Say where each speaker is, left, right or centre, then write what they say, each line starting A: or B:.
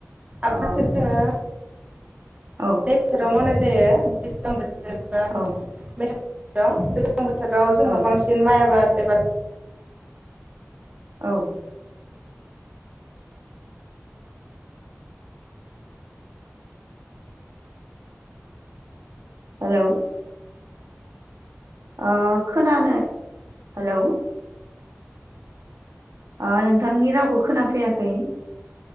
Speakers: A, on the right (about 30°); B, on the right (about 80°).
A: आबादखौ
B: अ
A: जोङो
B: ओ
A: राव मावनाय ज जायो बेसेबां बोर
B: औ
A: हेलौ ज्लां बोथोराव जोङो
B: औ
A: बांसिन माइ आबाद बेब
B: औ हेलौ ओ खोनानो हेलौ अ नोंथांनि रावखौ खोनाफैयाखै